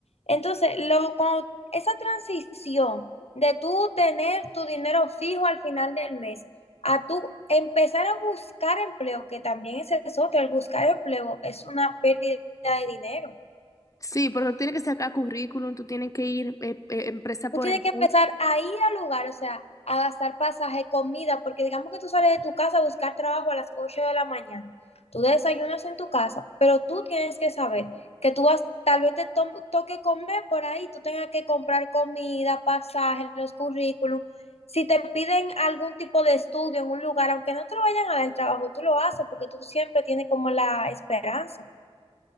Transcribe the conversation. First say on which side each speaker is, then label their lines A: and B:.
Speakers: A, on the left; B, on the left.
A: Entonces, lo, cuando- esa transición de tú tener tu dinero fijo al final del mes, a tú empezar a buscar empleo, que también ese es otro, el buscar empleo es una pérdida de dinero.
B: Sí, porque tú tienes que sacar currículum, tú tienes que ir eh, eh, empresa
A: tú
B: por
A: tienes
B: empresa.
A: que empezar a ir al lugar, o sea, a gastar pasaje, comida, porque digamos que tú sales de tu casa a buscar trabajo a las 8 de la mañana. Tú desayunas en tu casa, pero tú tienes que saber que tú vas, tal vez te to- toque comer por ahí, tú tengas que comprar comida, pasaje, los currículums. Si te piden algún tipo de estudio en un lugar, aunque no te lo vayan a dar el trabajo, tú lo haces porque tú siempre tienes como la esperanza.